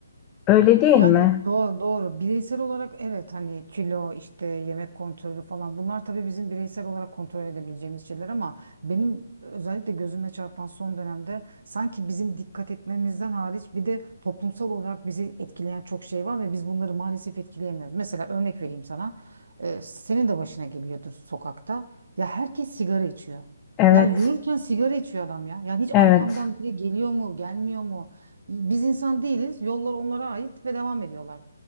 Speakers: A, on the left; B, on the right.
A: Öyle değil
B: Yani
A: mi?
B: evet, doğru, doğru. Bireysel olarak evet hani kilo işte yemek kontrolü falan bunlar tabii bizim bireysel olarak kontrol edebileceğimiz şeyler ama benim özellikle gözüme çarpan son dönemde sanki bizim dikkat etmemizden hariç bir de toplumsal olarak bizi etkileyen çok şey var ve biz bunları maalesef etkileyemiyoruz. Mesela örnek vereyim sana. Ee, senin de başına geliyordur sokakta. Ya herkes sigara içiyor.
A: Evet,
B: Ya yürürken sigara içiyor adam ya. Yani hiç
A: evet,
B: arkamdan biri geliyor mu, gelmiyor mu? Biz insan değiliz. Yollar onlara ait ve devam ediyorlar.